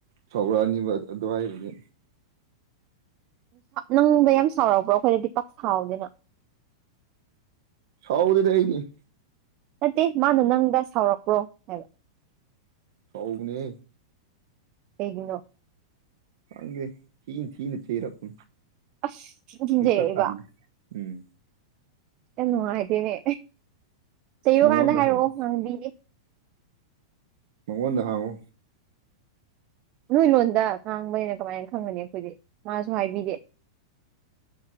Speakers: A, on the right; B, on the right.
A: ꯁꯧꯔꯛꯑꯅꯤꯕ ꯑꯗꯨꯋꯥꯏꯗꯨꯗꯤ
B: ꯅꯪꯗ ꯌꯥꯝ ꯁꯥꯎꯔꯄ꯭ꯔꯣ ꯑꯩꯈꯣꯏꯗꯗꯤ ꯄꯥꯛ ꯁꯥꯎꯗꯦꯅ
A: ꯁꯧꯗꯤ ꯂꯩꯅꯤ <inaudible>
B: ꯅꯠꯇꯦ ꯃꯥꯅ ꯅꯪꯗ ꯁꯥꯎꯔꯛꯄ꯭ꯔꯣ ꯍꯥꯏꯕ
A: ꯁꯥꯎꯅꯦ
B: ꯀꯅꯣ <inaudible> <unintelligible>
A: ꯪꯦ ꯊꯅ ꯊꯅ ꯆꯩꯔꯀ
B: ꯑꯁ ꯊꯤꯟ ꯊꯤꯟꯖꯩꯔꯛꯏꯕ
A: ꯇ ꯇ ꯎꯝ <inaudible> <unintelligible>
B: ꯌꯥꯝ ꯅꯨꯡꯉꯥꯏꯗꯦꯅꯦ ꯆꯩꯔꯨꯀꯥꯟꯗ
A: ꯃꯉꯣꯟꯗ
B: ꯍꯥꯏꯔꯛꯑꯣ
A: ꯍꯪꯉꯨ
B: ꯉꯥꯡꯕꯤꯒꯦ
A: ꯃꯉꯣꯟꯗ ꯍꯥꯡꯉꯨ
B: ꯅꯣꯏ ꯂꯣꯟꯗ ꯉꯥꯡꯕꯅ ꯀꯃꯥꯏꯅ ꯈꯪꯒꯅꯤ ꯑꯩꯈꯣꯏꯗꯤ ꯃꯥꯁꯨ ꯍꯥꯏꯕꯤꯗꯦ